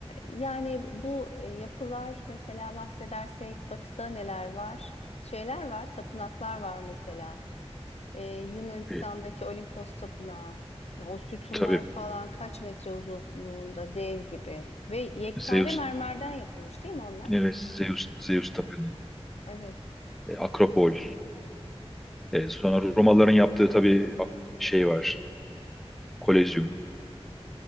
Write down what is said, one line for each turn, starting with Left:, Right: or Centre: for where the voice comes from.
Left: yani bu e, yapılar mesela bahsedersek batıda neler var? Şeyler var, tapınaklar var mesela. Ee, Yunanistan'daki
Centre: E,
Left: Olimpos Tapınağı. Ya o sütunlar
Centre: tabii
Left: falan kaç metre uzunluğunda dev gibi. Ve yekpare
Centre: Zeus,
Left: mermerden yapılmış değil mi onlar?
Centre: evet Zeus, Zeus tapınağı,
Left: Evet,
Centre: e, Akropol. E, sonra Romalıların yaptığı tabii a- şey var, Kolezyum.